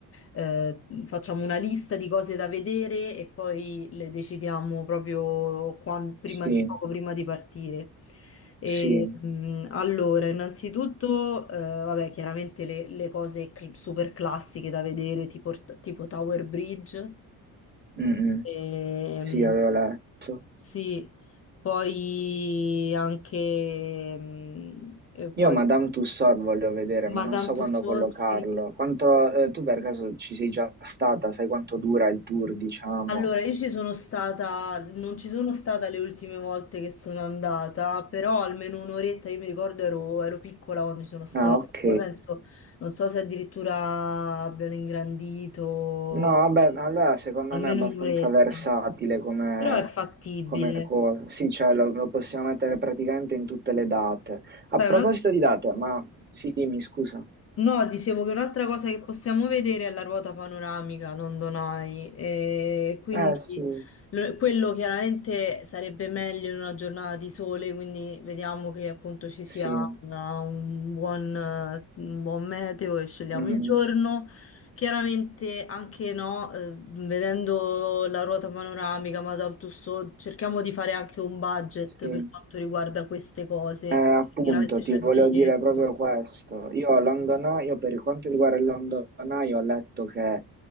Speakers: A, on the left; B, on the right.
A: eh, facciamo una lista di cose da vedere e poi le decidiamo proprio quan- prima
B: Sì,
A: di, poco prima di partire. E,
B: sì,
A: mh, allora, innanzitutto, eh, vabbè, chiaramente le, le cose cl- super classiche da vedere, tipo, tipo Tower Bridge.
B: Mm,
A: Ehm,
B: Sì, avevo letto.
A: sì, poi anche mm, e poi
B: Io Madame Tussauds volevo vedere, ma
A: Madame
B: non so quando
A: Tussauds.
B: collocarlo.
A: sì.
B: Quanto, eh, tu per caso ci sei già stata? Sai quanto dura il tour, diciamo?
A: Allora, io ci sono stata, non ci sono stata le ultime volte che sono andata, però almeno un'oretta, io mi ricordo ero, ero piccola quando ci sono stata.
B: Ah, ok.
A: Poi penso, non so se addirittura abbiano ingrandito
B: No, vabbè, allora secondo
A: almeno
B: me è abbastanza
A: un'oretta,
B: versatile come,
A: però è fattibile.
B: come cosa. Sì, cioè lo, lo possiamo mettere praticamente in tutte le date. A
A: Sai,
B: proposito
A: un'altra
B: di date, ma sì, dimmi, scusa.
A: No, dicevo che un'altra cosa che possiamo vedere è la ruota panoramica London Eye, e quindi
B: Eh, sì,
A: lo- quello chiaramente sarebbe meglio in una giornata di sole, quindi vediamo che appunto ci
B: sì.
A: sia una- un buon, eh, un buon meteo e scegliamo
B: Mm,
A: il giorno. Chiaramente anche no, eh, vedendo la ruota panoramica, Madame Tussauds, cerchiamo di fare anche un budget
B: sì,
A: per quanto riguarda queste cose.
B: Eh, appunto,
A: Chiaramente
B: ti
A: c'è
B: volevo
A: il biglietto.
B: dire proprio questo. Io a London Eye, io per quanto riguarda il London Eye, ho letto che